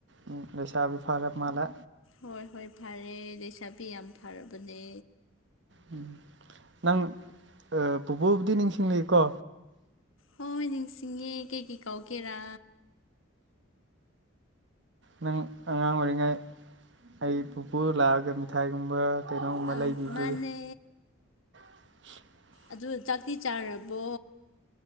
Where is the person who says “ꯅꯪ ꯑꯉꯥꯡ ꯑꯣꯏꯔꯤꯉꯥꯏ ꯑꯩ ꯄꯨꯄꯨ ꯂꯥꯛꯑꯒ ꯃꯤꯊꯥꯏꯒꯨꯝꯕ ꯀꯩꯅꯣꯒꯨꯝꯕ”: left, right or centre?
Right